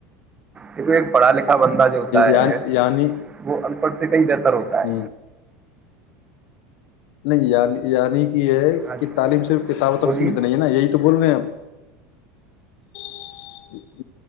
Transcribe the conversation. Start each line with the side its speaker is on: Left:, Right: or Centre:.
Right: سے ایک پڑھا لکھا بندہ جو ہوتا ہے
Left: یعنی یعنی
Right: وہ پ ک د ضرت ہے
Left: ہوں نہیں یع یعنی یہ ہے
Right: ہاں جی
Left: کہ تعلیم صرف کتابوں
Right: بولیے
Left: تک سیمت نہیں ہے نا یہی تو بولےپ <inaudible>